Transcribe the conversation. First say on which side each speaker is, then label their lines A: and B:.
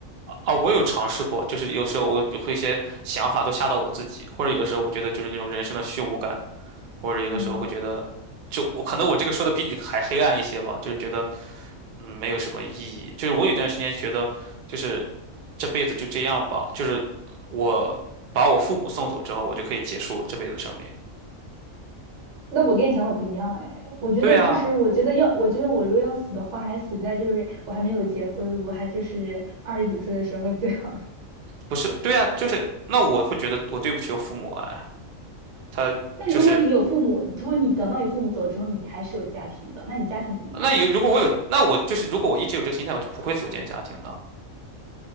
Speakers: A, on the right; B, on the right.
A: 啊，我有尝试过，就是有时候我有会一些想法都吓到我自己，或者有的时候我觉得就是那种人生的虚无感。或者有的时候会觉得，
B: 嗯，
A: 就我可能我这个说的比你还黑暗一些吧，就是觉得嗯没有什么意义。就是我有段时间觉得，就是这辈子就这样吧，就是我把我父母送走之后，我就可以结束这辈子生命。
B: 那我跟你想法不一样哎，我觉得就是，
A: 对啊，
B: 我觉得要，我觉得我如果要死的话，还死在就是我还没有结婚，我还就是二十几岁的时候会最好。<laughs>
A: 不是，对啊，就是那我会觉得我对不起我父母哎，他就是
B: 但如果你有父母，如果你等到你父母走之后，你还是有家庭的，那你家庭怎么办呢？
A: 那有如果我有那我就是如果我一直有这个心态，我就不会组建家庭的。